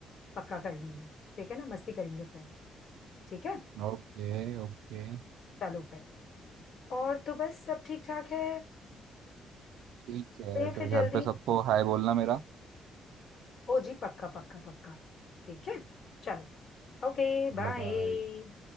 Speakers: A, on the left; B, on the right.
A: पक्का कर लेंगे ठीक है ना मस्ती करेंगे फिर ठीक है
B: लिए Okay okay
A: चलो फिर और तो बस सब ठीक ठाक है
B: ठीक है
A: कहीं
B: फिर
A: फिर
B: घर
A: जल्दी
B: पे सबको हाय बोलना मेरा
A: ओ जी पक्का पक्का पक्का ठीक है चलो ओके
B: Bye
A: बाय
B: bye.